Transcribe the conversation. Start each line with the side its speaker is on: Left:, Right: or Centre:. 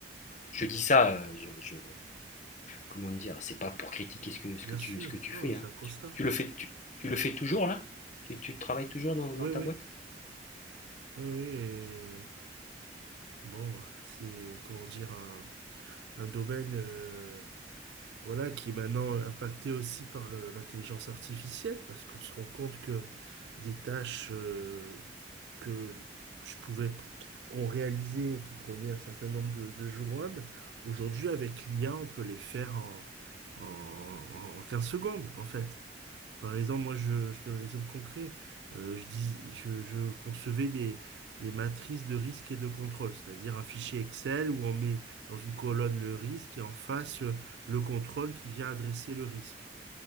Left: je dis ça, je, je, comment dire, c'est pas pour critiquer ce que, ce
Right: Bien
Left: que, tu,
Right: sûr,
Left: ce que tu
Right: non,
Left: fais.
Right: c'est
Left: Hein.
Right: un constat.
Left: Tu, tu le fais tu, tu, le fais toujours là tu, tu travailles toujours dans,
Right: Oui,
Left: dans ta
Right: oui,
Left: boîte
Right: oui, oui. et Bon, c'est comment dire un, un domaine euh, voilà, qui est maintenant impacté aussi par le- l'intelligence artificielle, parce qu'on se rend compte que des tâches euh, que je pouvais qu'on réalisait et qui prenaient un certain nombre de, de jours hommes, aujourd'hui avec l'IA, on peut les faire en, en, en 15 secondes, en fait. Par exemple, moi, je, je te donne un exemple concret. Euh, je dis, je, je concevais des, des matrices de risque et de contrôle, c'est-à-dire un fichier Excel où on met dans une colonne le risque et en face euh, le contrôle qui vient adresser le risque.